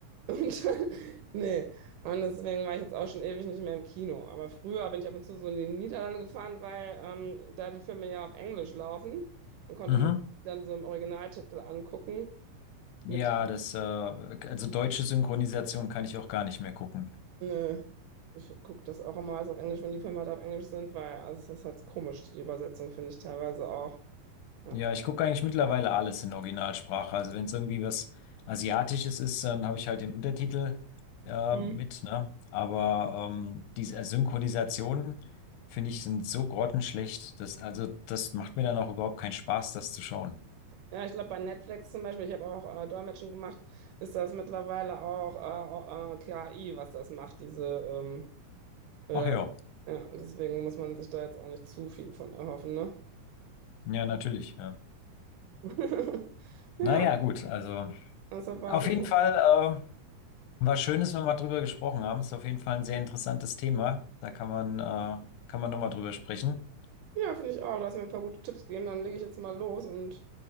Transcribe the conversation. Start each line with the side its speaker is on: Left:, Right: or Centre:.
Right: und dann, <laughs> nee. Und deswegen war ich jetzt auch schon ewig nicht mehr im Kino. Aber früher bin ich ab und zu so in die Niederlande gefahren, weil ähm, da die Filme ja auf Englisch laufen. Dann konnte
Left: mhm.
Right: man dann so im Originaltitel angucken
Left: Ja,
Right: mit
Left: das, äh, also deutsche Synchronisation kann ich auch gar nicht mehr gucken.
Right: Nö. Ich gucke das auch immer alles auf Englisch, wenn die Filme halt auf Englisch sind, weil also es ist halt komisch, die Übersetzung finde ich teilweise auch. Ja,
Left: Ja, ich gucke eigentlich mittlerweile alles in Originalsprache. Also wenn es irgendwie was Asiatisches ist, dann habe ich halt den Untertitel äh,
Right: Mhm.
Left: mit, ne? Aber ähm, diese Synchronisationen, finde ich, sind so grottenschlecht, dass, also das macht mir dann auch überhaupt keinen Spaß, das zu schauen.
Right: ja ich glaube bei Netflix zum Beispiel, ich habe auch äh, Dolmetschen gemacht, ist das mittlerweile auch äh, äh, KI, was das macht, diese ähm, äh,
Left: Ach ja,
Right: ja, deswegen muss man sich da jetzt auch nicht zu viel von erhoffen, ne?
Left: ja, natürlich, ja.
Right: <laughs> Ja,
Left: Naja, gut, also.
Right: das war
Left: Auf
Right: auf jeden
Left: jeden
Right: Fall.
Left: Fall äh, war schön, dass wir mal drüber gesprochen haben. Ist auf jeden Fall ein sehr interessantes Thema. Da kann man, äh, kann man nochmal drüber sprechen.
Right: Ja, finde ich auch. Du hast mir ein paar gute Tipps gegeben. Dann lege ich jetzt mal los und